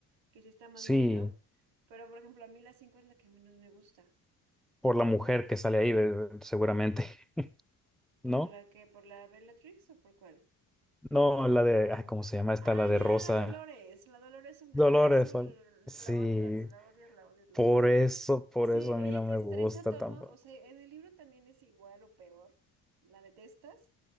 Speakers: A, on the right; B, in the centre.
A: que sí está más
B: Sí,
A: movido. Pero por ejemplo, a mí las cinco es la que menos me gusta.
B: por la mujer que sale ahí, eh, seguramente, <laughs>
A: ¿Por
B: ¿no?
A: la que, por la Bellatrix o por cuál?
B: No, la de,
A: ¿O cuál
B: ay,
A: mujer?
B: ¿cómo se llama esta?
A: Ah,
B: La de
A: ya,
B: Rosa.
A: la Dolores, la Dolores Umbridge.
B: Dolores
A: Ah, sí,
B: son. Sí,
A: la odias, la odias, la odias, la
B: por
A: odias.
B: eso, por
A: Sí,
B: eso a
A: ella
B: mí no
A: te
B: me
A: estresa
B: gusta
A: todo,
B: tampoco.
A: o sea, en el libro también es igual o peor, la detestas,